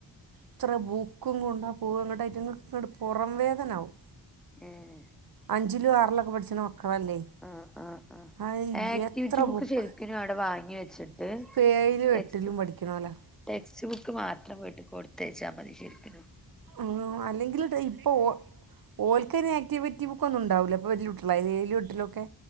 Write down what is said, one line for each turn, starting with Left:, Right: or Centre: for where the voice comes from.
Right: എത്ര ബൂക്കും കൊണ്ടാ പോവ ഇങ്ങെട്ട് അയിറ്റങ്ങക്ക് ഇങ്ങട്ട് പൊറം വേദനാവും
Centre: ഏഹേ
Right: അഞ്ചിലും, ആറിലൊക്കെ പഠിച്ച്ണ മക്കളല്ലേ?
Centre: ആഹ് ആഹ് ആഹ്
Right: ആ
Centre: ആക്ടിവിറ്റി
Right: എത്ര
Centre: ബുക്
Right: ബുക്ക്
Centre: ശരിക്കിനും അവിടെ വാങ്ങി വെച്ചിട്ട്
Right: ഇപ്പം ഏഴിലും
Centre: ടെക്സ്റ്റ്
Right: എട്ടിലും
Centre: ബു
Right: പഠിക്കണോലാ
Centre: ടെക്സ്റ്റ് ബുക്ക് മാത്രം വീട്ടിക്ക് കൊടുത്തയച്ചാ മതി ശരിക്ക്നും
Right: ആഹ് അല്ലെങ്കിലുട്ടോ ഇപ്പൊ ഒ ഓൽക്കയിന് ആക്ടിവിറ്റി ബുക്കൊന്നും ഇണ്ടാവൂല്ല ഇപ്പ വല്ല്യ കുട്ടിയളായിലെ ഏഴിലും എട്ടിലൊക്കെ